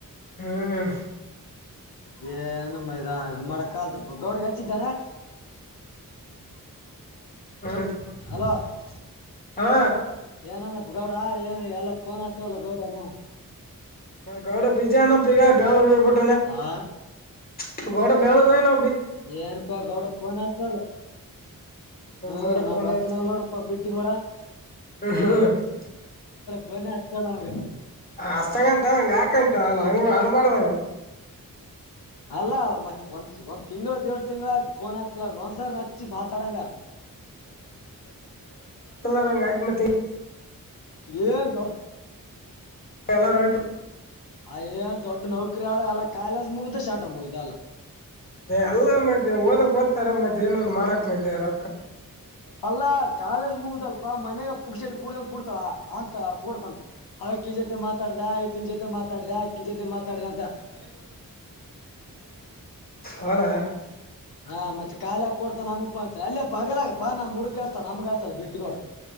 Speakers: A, on the left; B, on the left.
A: ಹಾ <unintelligible>
B: ಏ ನಮ್ಮ ಇದ ಇ ಮಾಡಕ್ಕಲ್ದಪ್ಪ ಗೌಡಗೆ ಹಚ್ಚಿದ್ದಾನ. <unintelligible>
A: ಹ್ಮ <unintelligible>
B: ಹಲೋ
A: ಹಾ
B: ಏನಂದಪ್ಪ ಗೌಡ ಏನು ಎಲ್ಲ ಪಫೋನ್ ಹಚ್ಚಲ್ಲ ಗೌಡನ
A: ಗಡೆ ಬೀಜಾ ನ ಪೀಗ ಬ ರ
B: ಹಾ
A: <unintelligible> ಬೆಂಗ್ಳೂರ್ ಎನ್
B: ಏನಪ್ಪ ಗೌಡ ಪೋನ್ಚಲ. ಹಾ
A: ಗೋಡ
B: ನಮ್ಗೆ
A: ಫೋನ್
B: ಅಚ್ಚನಲ್ಲೋಡಪ್ಪ
A: ಹಚ್ಚ
B: ಬಿಟ್ಟಿಗೋಡ.
A: <unintelligible>
B: ಫೋನ ಹಚ್ಚಲ್ಲ ನಮ್ಗೆ
A: ಅಷ್ಟಂಗ ಅಂತ ಹಂಗ ಆಕಂತ ಅ <unintelligible> ಮಾಡ್ದಂಗ
B: ಅಲ್ಲ ಮತ್ ಒಂದ್ ಒಂದ್ ತಿಂಗ್ಳ ದೇಲ್ ತಿಂಗಗಳು ಆಯ್ತ ಫೋನ್ ಹಚ್ಲಾರ ಒಂದ್ಸರಿ ನಚ್ಚಿ ಮಾತಾಡಂಗಾರ್
A: ಾಯ್ತ್ ಮ
B: ಏನ್ ದೊಡ್ಡ
A: ಎಲ್ಲಟ
B: ಅ ಏನ್ ದೊಡ್ಡ ನೌಕರಿಿ ಆದ ಅಲ್ಲ ಕಾಲೇಜ್ ಮುಗ್ದ ಶಂಟ ಮುಗ್ದ ಅಲ್ಲಾ
A: ಎಲ್ಲ ಮ ಓದಕ್ ದ್ತಾರ ಮತ್ತೆ ಏನೊ ಮಾಡಕ್ ಮೈ ರ
B: ಅಲ್ಲಾ ಕಾಲೇಜ್ ಮುಗ್ದಲ್ಪ ಮನಾಗ ಪುಕ್ ಶೆಡ್ ಕುೂಡ್ದಂಗ ಕುಡ್ತಾಳ ಅಂತ ಕೊಡ್ತಂ ಅಕ್ಕಿ ಜೊತೆ ಮಾತಾಡ್ದ ಇಐತ್ತಿನ ಜೊತೆ ಮಾತಾಡ್ದ ಅಕ್ಕಿ ಜೊತೆ ಮಾತಾಡ್ದ ಅಂತ <unintelligible>
A: ಹದಾ
B: ಹಾ ಮತ್ತೆ ಕಾಲಾ ಕೊಡ್ತಾ ನಮ್ಮಪ್ಪ ಅಲ್ಲೇ ಬಗ್ಲ ಬಾ ನ ಮುುಗಾಸ್ತ ನಮ್ಗಸ್ಲ್ಲ ಬಿಟ್ಟಗೋಡ